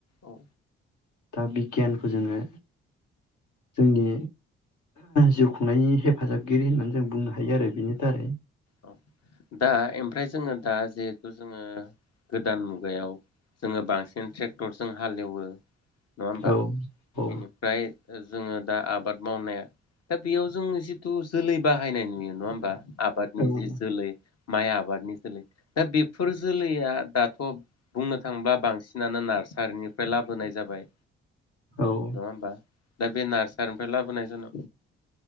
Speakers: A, on the left; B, on the left.
A: औ
B: दा बिगियानखौ जोङो जोंनि जिउ खुंनायनि हेफाजाबगिरि होननानै जों बुंनो हा हायो आरो बिनि तारै।
A: अ दा एमफ्राय जोङो दा जेहेतु जोङो गोदान मुगायाव जोङो बांसिन थ्रेक्टरजों हालेवो। नङा होमबा
B: औ औ
A: बेनिफ्राय ओ जोङो दा आबाद मावनाया दा बेयाव जों जिथु जोलै बाहायनाय नुयो नङा होम बा आबादनि
B: औ
A: जे जोलै माइ आबादनि जोलै। दा बेफोर जोलैया दाथ' बुंनो थांब्ला बांसिनानो नार्सारिनिफ्राय लाबोनाय जाबाय।
B: औ
A: नङा होमबा? दा बे नार्सारिनिफ्राय लाबोनाय जाना